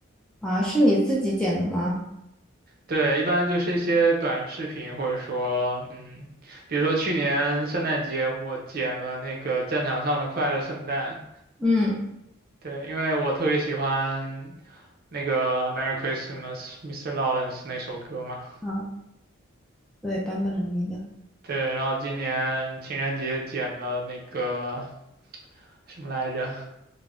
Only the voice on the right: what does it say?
对，一般就是一些短视频，或者说，嗯，比如说去年圣诞节，我剪了那个战场上的快乐圣诞。
对，因为我特别喜欢那个《Merry Christmas, Mr. Lawrence》那首歌嘛。
对，然后今年情人节剪了那个什么来着，